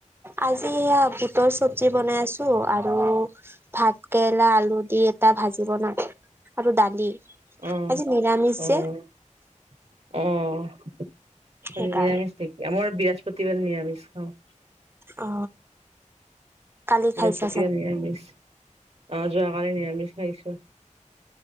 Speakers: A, on the right; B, on the right.
A: আজি এয়া বুটৰ চবজি বনাইছো আৰু ভাত কেৰেলা আলু দি এটা ভাজি বনাম আৰু দালি। আজি
B: অ
A: নিৰামিছ
B: অ
A: যে।
B: অ, আজি
A: সেইকাৰণে
B: নিৰামিছ নেক আমাৰ বৃহস্পতিবাৰ নিৰামিছ খাওঁ।
A: অ, কালি
B: বৃহস্পতিৰে
A: খাইছা চাগে
B: নিৰামিছ অ, যোৱাকালি নিৰামিছ খাইছো।